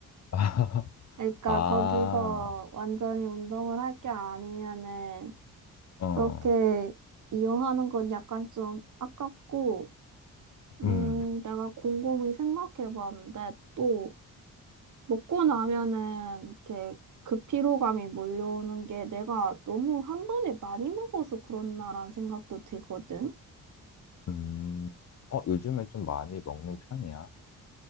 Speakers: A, on the left; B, on the right.
A: <laughs>
B: 그러니까
A: 아,
B: 거기서 완전히 운동을 할 게 아니면은
A: 어,
B: 그렇게 이용하는 건 약간 좀 아깝고, 음,
A: 음,
B: 내가 곰곰이 생각해 봤는데 또 먹고 나면은 이렇게 그 피로감이 몰려오는 게 내가 너무 한 번에 많이 먹어서 그렇나라는 생각도 들거든.
A: 음. 어, 요즘에 좀 많이 먹는 편이야?